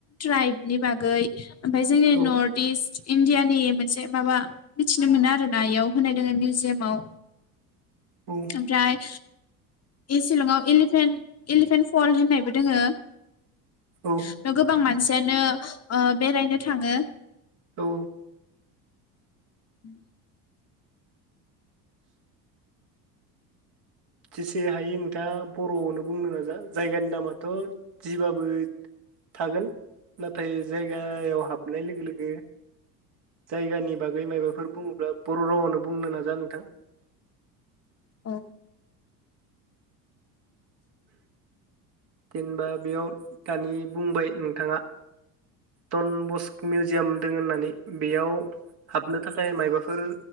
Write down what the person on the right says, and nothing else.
औ
औ
औ
औ
जेसे हायो नोंथाङा बर'आवनो बुंनो नाजा जायगानि नामाथ' जिबाबो थागोन नाथाय जायगायाव हाबनाय लोगो लोगो जायगानि बागै माबाफोर बुङोब्ला बर' रावावनो बुंनो नाजा नोंथां।
जेनबा बेयाव दानि बुंबाय नोंथाङा टन बस्क मिउजियाम दङ होननानै बेयाव हाबनो थाखाय मायबाफोर